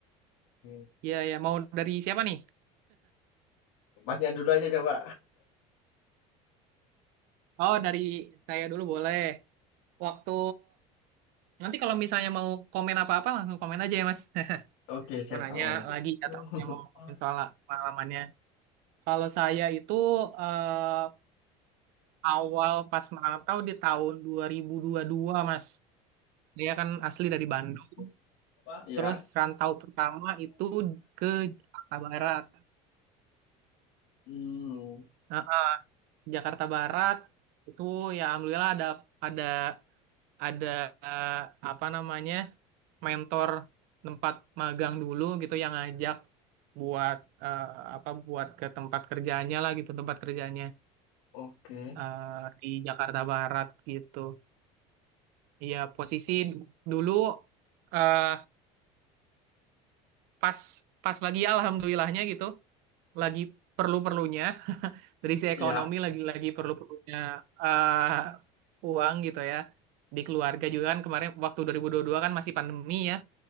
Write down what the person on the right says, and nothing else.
Iya ya mau dari siapa nih?
Oh dari saya dulu boleh. Waktu nanti kalau misalnya mau komen apa-apa langsung komen aja ya Mas. <laughs>
Mau nanya
lagi atau punya mau komen soal pengalamannya. Kalau saya itu eh, awal pas merantau di tahun 2022 Mas. Saya kan asli dari Bandung.
Terus rantau pertama itu ke Jakarta Barat.
Nah, Jakarta Barat itu ya alhamdulillah ada ada ada eh, apa namanya mentor tempat magang dulu gitu yang ngajak buat eh, apa buat ke tempat kerjanya lah gitu tempat kerjanya
eh, di Jakarta Barat gitu. Iya posisi d- dulu eh, pas pas lagi ya alhamdulillahnya gitu lagi perlu-perlunya dari sisi ekonomi
lagi-lagi perlu-perlunya eh, uang gitu ya. Di keluarga juga kan kemarin waktu 2022 kan masih pandemi ya,